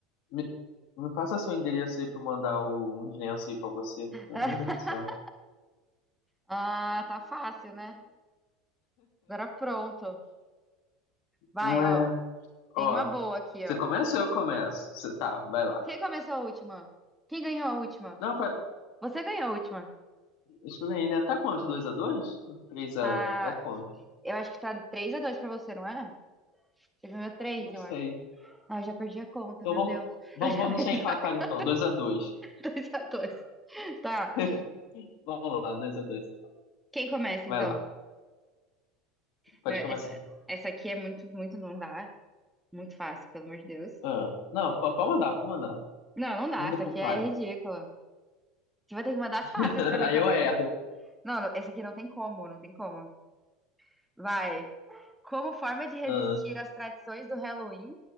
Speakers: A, on the left; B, in the centre.
A: me me passa seu endereço aí pra eu mandar o, uns lenços aí pra você. porque,
B: <laughs>
A: Meu Deus do céu.
B: Ah, tá fácil, né? Agora pronto. Vai,
A: Não é.
B: ó. Tem
A: Ó,
B: uma boa aqui,
A: você
B: ó.
A: começa ou eu começo? Você tá, vai lá.
B: Quem começou a última? Quem ganhou a última?
A: Não, pa-
B: Você ganhou a última.
A: acho que eu ganhei, né? Tá quanto? Dois a dois? Três a?
B: Tá.
A: Tá quanto?
B: Eu acho que tá 3 a dois pra você, não é? Você ganhou três,
A: Não
B: eu
A: sei.
B: acho. Ah, eu já perdi a conta,
A: Então
B: meu
A: vamos,
B: Deus. <laughs>
A: vamos,
B: Eu já
A: vamos deixar
B: perdi
A: empatar
B: a conta.
A: então. Dois a dois.
B: 2x2. Tá.
A: <laughs> Vamos lá, dois a dois.
B: Quem começa,
A: Vai
B: então?
A: lá, pode
B: Meu, Essa,
A: começar.
B: essa aqui é muito, muito, não dá. Muito fácil, pelo amor de Deus.
A: Ah, não, pode pode mandar, pode mandar.
B: Não, não dá.
A: Manda
B: Essa
A: pro
B: aqui
A: pai.
B: é ridícula. Você vai ter que mandar as
A: <laughs>
B: fáceis pra mim
A: Aí
B: também,
A: eu erro.
B: viu? Não, não, essa aqui não tem como, não tem como. Vai. Como forma de resistir
A: Ah,
B: às tradições do Halloween,